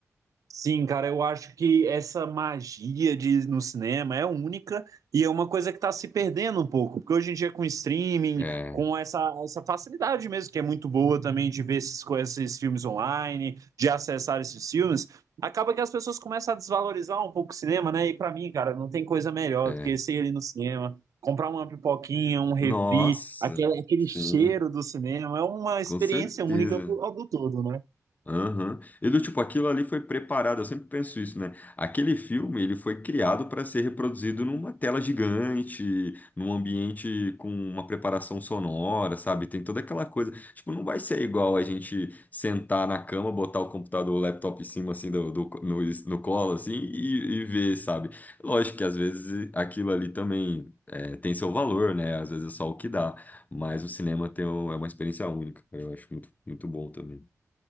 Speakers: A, on the right; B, on the left.
A: Sim, cara, eu acho que essa magia de no cinema é única e é uma coisa que está se perdendo um pouco, porque hoje em dia com streaming,
B: É,
A: com essa, essa facilidade mesmo, que é muito boa também de ver esses, co- esses filmes online, de acessar esses filmes, acaba que as pessoas começam a desvalorizar um pouco o cinema, né? E para mim, cara, não tem coisa melhor
B: é.
A: do que ser ali no cinema, comprar uma pipoquinha, um refri,
B: Nossa,
A: aquele, aquele
B: sim,
A: cheiro do cinema, é uma experiência
B: com certeza.
A: única pro- do todo, né?
B: Aham. E do tipo, aquilo ali foi preparado, eu sempre penso isso, né? Aquele filme, ele foi criado para ser reproduzido numa tela gigante, num ambiente com uma preparação sonora, sabe? Tem toda aquela coisa. Tipo, não vai ser igual a gente sentar na cama, botar o computador, o laptop em cima, assim, do, do- no, no colo, assim, e, e ver, sabe? Lógico que às vezes aquilo ali também é, tem seu valor, né? Às vezes é só o que dá, mas o cinema tem, um- é uma experiência única, eu acho muito, muito bom também.